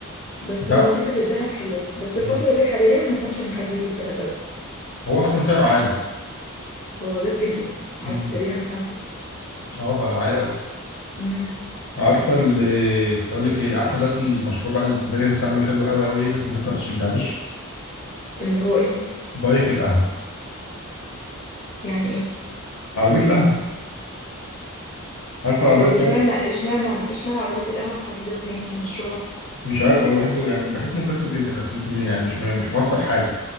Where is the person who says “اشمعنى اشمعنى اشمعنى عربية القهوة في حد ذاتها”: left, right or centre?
Left